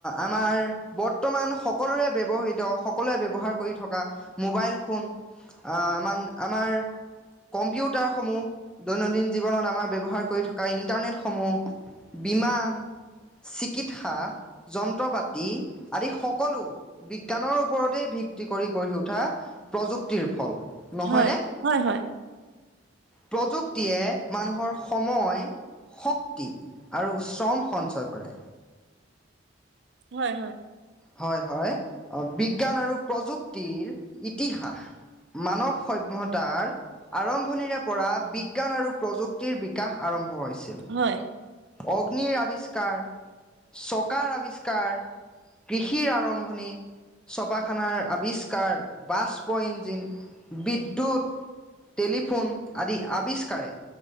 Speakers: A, in the centre; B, on the right (about 60°).
A: আমাৰ বৰ্তমান সকলোৰে ব্যৱহৃত, সকলোৱে ব্যৱহাৰ কৰি থকা মোবাইল ফোন, আ, আমাৰ কম্পিউটাৰসমূহ দৈনন্দিন জীৱনত আমাৰ ব্যৱহাৰ কৰি থকা ইণ্টাৰনেটসমূহ, বিমান, চিকিৎসা যন্ত্ৰ-পাতি আদি সকলো বিজ্ঞানৰ ওপৰতেই ভিত্তি কৰি গঢ়ি উঠা প্ৰযুক্তিৰ ফল, নহয়নে!
B: হয় হয় হয়
A: প্ৰযুক ক্তিয়ে মানুহৰ সময়, শক্তি আৰু শ্ৰম সঞ্চয় কৰে।
B: হয়, হয়।
A: হয়, হয়, বিজ্ঞান আৰু প্ৰযুক্তিৰ ইতিহাস মানৱ সভ্যতাৰ আৰম্ভণিৰে পৰা বিজ্ঞান আৰু প্ৰযুক্তিৰ বিকাশ আৰম্ভ হৈছিল।
B: হয়
A: অগ্নিৰ আৱিষ্কাৰ, চকাৰ আৱিষ্কাৰ কৃষিৰ আৰম্ভণি চপাখানাৰ আৱিষ্কাৰ, বাছ পইণ্ট <unintelligible> বিদ্যুৎ, টেলিফোন আদি আৱিষ্কাৰে